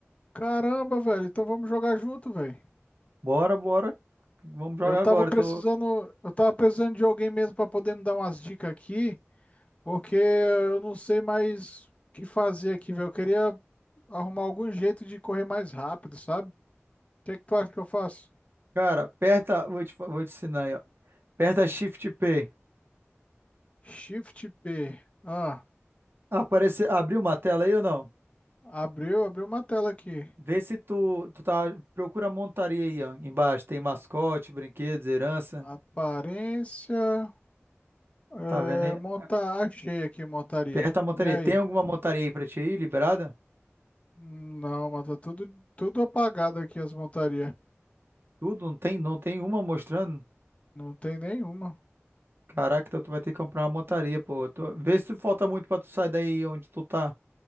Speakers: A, on the left; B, on the right.
A: Caramba, velho, então vamos jogar junto, velho.
B: Bora, bora. Vamos jogar
A: Eu tava
B: agora.
A: precisando,
B: Tô,
A: eu tava precisando de alguém mesmo para poder me dar umas dicas aqui, porque eu não sei mais o que fazer aqui, velho. Eu queria arrumar algum jeito de correr mais rápido, sabe? O que é que tu acha que eu faço?
B: cara, aperta, vou te, fa- vou te ensinar aí, ó. Aperta Shift P.
A: Shift P. Ah,
B: Aparece, abriu uma tela aí ou não?
A: abriu, abriu uma tela aqui.
B: Vê se tu, tu tá, procura a montaria aí, ó, embaixo. Tem mascote, brinquedos, herança.
A: Aparência, é,
B: Tá vendo
A: montar,
B: aí?
A: achei aqui montaria.
B: Perto da montaria.
A: E aí?
B: Tem alguma montaria aí pra ti aí, liberada?
A: Não, mas tá tudo, tudo apagado aqui as montarias.
B: Tudo? Não tem, não tem uma mostrando?
A: Não tem nenhuma.
B: Caraca, então tu vai ter que comprar uma montaria, pô. Tu- Vê se falta muito pra tu sair daí onde tu tá.